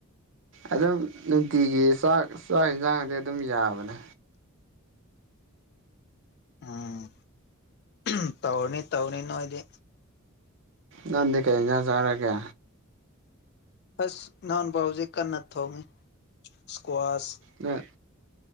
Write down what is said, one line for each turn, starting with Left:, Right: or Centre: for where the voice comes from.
Right: ꯑꯗꯨꯝ ꯅꯨꯡꯇꯤꯒꯤ ꯆꯥꯛ ꯆꯥꯛ ꯏꯟꯁꯥꯡꯗꯤ ꯑꯗꯨꯝ ꯌꯥꯕꯅꯦ
Left: ꯎꯝ ꯑꯍꯝ ꯇꯧꯅꯤ ꯇꯧꯅꯤ ꯅꯣꯏꯗꯤ
Right: ꯅꯪꯗꯤ ꯀꯩ ꯏꯟꯖꯥꯡ ꯆꯥꯔꯒꯦ
Left: ꯑꯁ <unintelligible> ꯄꯥꯎꯁꯦ ꯍꯧꯖꯤꯛ ꯀꯟꯅ ꯊꯣꯡꯉꯤ ꯁꯀ꯭ꯋꯥꯁ
Right: ꯅꯣꯏ